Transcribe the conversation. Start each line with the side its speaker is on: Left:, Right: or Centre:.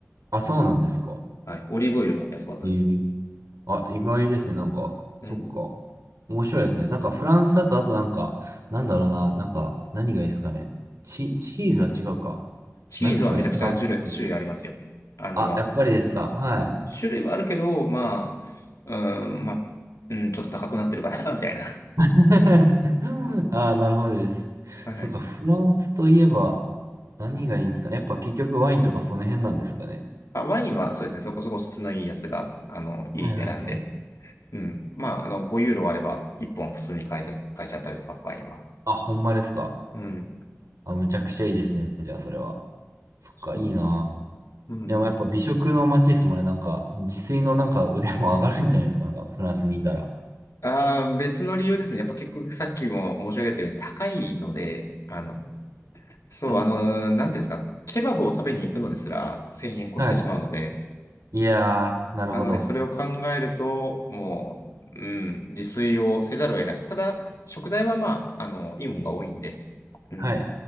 Right: あ、そうなんですか。
Left: はい。オリーブオイルも安かったです。
Right: へえ。あ、意外ですね。なんか、そっか。
Left: うん。
Right: 面白いですね。なんかフランスだと、あとなんか、なんだろうな。なんか、何がいいですかね。チ、チーズは違うか。
Left: チーズはめちゃくちゃ種類、
Right: なんですかね、フランスって。
Left: 種類ありますよ。あの、
Right: あ、やっぱりですか。はい。
Left: 種類はあるけど、まあ、うん、まあ、うん、ちょっと高くなってるかな、<laughs> みたいな。
Right: <laughs> ああ、なるほどです。
Left: はい。
Right: そっか、フランスといえば何がいいんですかね。やっぱ結局ワインとかその辺なんですかね。
Left: あ、ワインはそうですね、そこそこ質のいいやつが、あの、いい値段で。
Right: はいはいはい。
Left: うん。まあ、あの、5ユーロあれば、1本普通に買えた、買えちゃったりとか、ワインは。
Right: あ、ほんまですか。
Left: うん。
Right: あ、むちゃくちゃいいですね。じゃあそれは。そっか、
Left: そう。
Right: いいな。
Left: うんうん。
Right: でもやっぱ美食の街ですもんね。なんか、自炊のなんか腕も上がるんじゃないですか。なんか、フランスにいたら。
Left: ああ、別の理由ですね。やっぱ結局さっきも申し上げたように高いので、あの、そう、
Right: うん
Left: あの、なんていうんですか、ケバブを食べに行くのですら1000円越してしまうので、
Right: はい。いやー、なるほど。
Left: なのでそれを考えると、もう、うん、自炊をせざるを得ない。ただ、食材はまあ、あの、いいものが多いんで、うん、
Right: はい。